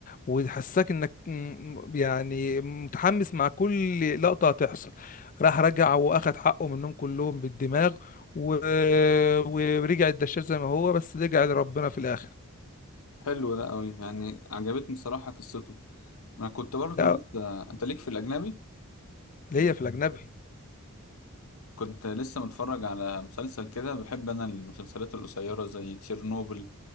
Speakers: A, on the left (about 35°); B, on the left (about 70°).
A: وتحسسك انك م- يعني متحمس مع كل لقطه هتحصل راح رجع واخد حقه منهم كلهم بالدماغ و... ورجع الدشاش زي ما هو بس رجع لربنا في الاخر
B: حلو ده أوي يعني عجبتني صراحة قصته أنا كنت برضو
A: لا
B: لسه أنت ليك في الأجنبي
A: اللي هي في الاجنبي
B: كنت لسه متفرج على مسلسل كده بحب أنا المسلسلات القصيرة زي تشيرنوبل